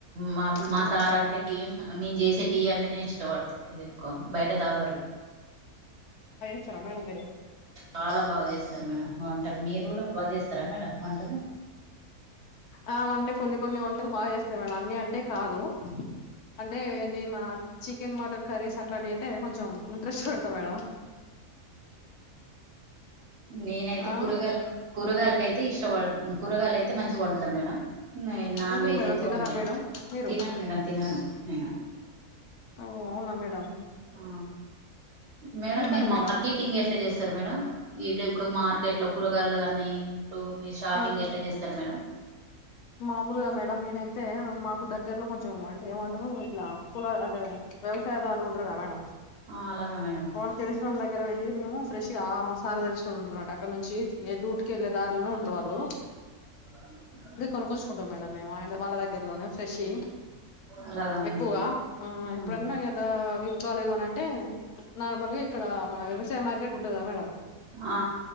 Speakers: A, on the right; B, on the left.
A: మాకు మా
B: మేడం
A: సార్ అంటే టీ నేను చేసే టీ అంటే నేను ఇష్టపడతారు ఎక్కువ బయట తాగరు
B: అస్తారా మేడం మీరు.
A: చాలా బాగా జెస్తాారు మేడం వంటలు మీరు కూడా బాగా జెస్తారా మేడం వంటలు.
B: అ అంటే కొన్ని కొన్ని వంటలు బాగా చేస్తాయి మేడం అన్నీ అంటే కాదూ అంటే ఏంటి మన చికెన్ మటన్ కర్రీస్ అట్లాంటివి అయితే కొంచెం ఇంట్రెస్ట్ పెడతా మేడం.
A: నేనైతే
B: ఆ
A: కూరగాయలు కూరగాయలకైతే ఇష్. కూరగాయలు అయితే మంచిగా వంతా మేడం నేన్ నాన్
B: ఎందుకు
A: వెజ్
B: మేడం
A: అయితే
B: తినరా
A: వొండలే
B: మేడం మీరు
A: తినను మేడం తినను నేను.
B: అవునా మేడం
A: ఆ మేడం
B: అందుకని
A: మీరు మార్కెటింగ్
B: మేడం
A: ఎట్లా చేస్తారు మేడం ఇట్లా ఇప్పుడు మా. మార్కెట్ లో కూరగాయలు అన్నీ. ఇప్పుడు మీ షాపింగ్
B: ఆ
A: ఎట్లా జెస్తారు మేడం.
B: మామూలుగా మేడం నేనైతే మాకు దగ్గరలో కొంచెం అంటే ఏమంటారు ఇట్లా పొల అంటే వ్యవసాయదారులు ఉంటారుగా మేడం.
A: ఆ, అలాగా మేడం
B: అవున్
A: చెప్పండి
B: తెలిసినోళ్ల దగ్గర వెళ్లి. మేము ఫ్రెష్ గా మ సార్ కు తెలిసినోళ్లు ఉంటున్నట అక్కడ నుంచి ఎ డ్యూటీకెళ్లే దారులోనే ఉంటారు వాళ్ళు.
A: <inaudible>
B: కొనుకూచుకుంటాం మేడ మేము అయన వాళ్ళ దగ్గరలోనే ఫ్రెష్ యి
A: అలాగా మేడం
B: ఎక్కువగా అ
A: మ్మ్
B: ఎప్పుడన్నా కదా. అ విలుకలేదు అని అంటే నార్మల్గా ఇక్కడ మన వ్యవసాయం మార్కెట్ ఉంటంది గద మేడం.
A: ఆ